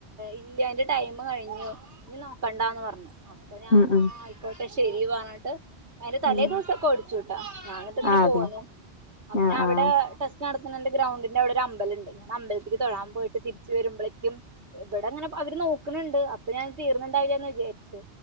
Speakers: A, on the right; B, on the left.
A: ഇല്ല അന്റെ ടൈം കഴിഞ്ഞു ഇനി നോക്കണ്ടന്ന് പറഞ്ഞു അപ്പൊ ഞാൻ
B: ഉം ഉം
A: ആ ആയിക്കോട്ടെ ശെരി പറഞ്ഞിട്ട് അതിന്റെ തലേ
B: ഉം
A: ദിവസക്കെ ഒടിച്ചുട്ടൊ ഞാനിട്ടിങ്ങനെ
B: ആഹ്
A: പോന്നു
B: അതെ ആഹ്
A: അവിടെ
B: ആഹ്
A: ടെസ്റ്റ്‌ നടത്തുന്നുണ്ടെ ഗ്രൗണ്ടിന്റെ അവടെരു അമ്പലണ്ട് ഞാൻ അമ്പൽതിക് തൊഴാൻ പോയിട്ട് തിരിച്ചു വരുമ്പളേകു ഇബടെങ്ങനെ അവര് നോക്കണണ്ട് അപ്പൊ ഞാൻ തീർന്നണ്ടാവില്ലന്ന് വിചാരിചേ.